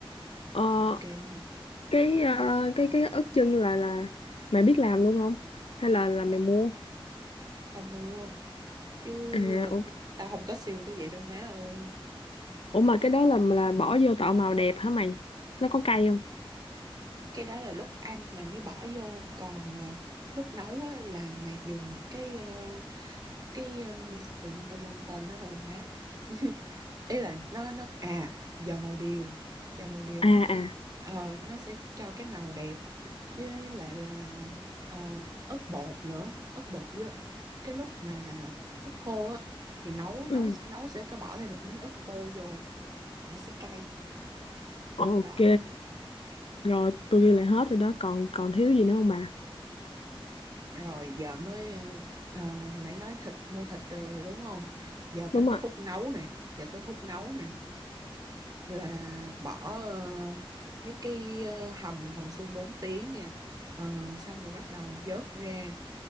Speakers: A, on the left; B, on the right.
A: ờ,
B: ok
A: cái ờ, cái cái ớt chân là là mày biết làm luôn không hay là là mày mua
B: tao mua chứ
A: à
B: ờ,
A: ủa,
B: tao không có siêu tới vậy đâu má ơi
A: ủa mà cái đó là là bỏ vô tạo màu đẹp hả mày nó có cay không
B: cái đó là lúc ăn mày mới bỏ vô còn ờ, lúc nấu á là mày dùng cái ờ, cái ừm, tự nhiên tao quên tên nó rồi má <laughs> ý là nó nó à dầu màu điều dầu màu điều
A: à
B: nó sẽ
A: à
B: ờ, nó sẽ cho cái màu đẹp với lại là ờ, ớt bột nữa ớt bột với cái lúc mà ớt khô á thì nấu
A: ừ.
B: nấu nấu sẽ có bỏ thêm một miếng ớt khô vô nó sẽ cay
A: ok
B: đó
A: rồi tôi ghi lại hết rồi đó còn còn thiếu gì nữa không bà
B: rồi giờ mới ờ, ờ, hồi nãy nói thịt mua thịt rồi, đúng không giờ
A: Đúng
B: tới mới
A: rồi.
B: khúc nấu nè giờ tới khúc nấu nè là bỏ ờ, mấy cái ờ, hầm hầm xương 4 tiếng nha Ờ, xong rồi bắt đầu vớt ra